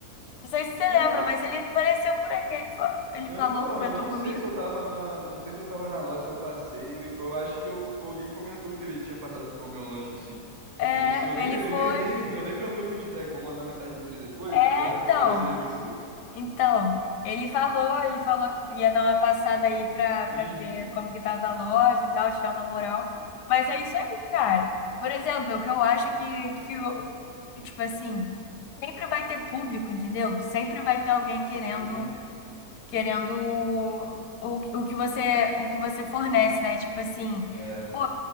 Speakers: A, on the left (about 80°); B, on the right (about 15°).
A: Não sei se você
B: É,
A: lembra,
B: Então,
A: mas ele apareceu por aí. Ele, fa- ele
B: eu,
A: falou,
B: então,
A: comentou
B: eu não
A: comigo.
B: sei se eu tava na, não sei se eu tava na loja, se eu passei. Eu, eu acho que eu, alguém comentou que ele tinha passado por comer o lanche, sim.
A: É,
B: Eu não sei, eu nem,
A: ele
B: eu
A: foi.
B: nem, nem, <laughs> eu nem perguntei o feedback. Vou mandar mensagem nele depois
A: É,
B: pra,
A: então.
B: pra ver se ele gostou.
A: Então, ele falou, ele falou que ia dar uma passada aí pra, pra
B: Uhum.
A: ver como que tava a loja e tal, te dar uma moral. Mas é isso aí, cara. Por exemplo, o que eu acho que, que o- tipo assim, sempre vai ter público, entendeu? Sempre vai ter alguém
B: Sim.
A: querendo, querendo o, o que você, o que você fornece, né? Tipo assim,
B: É.
A: pô,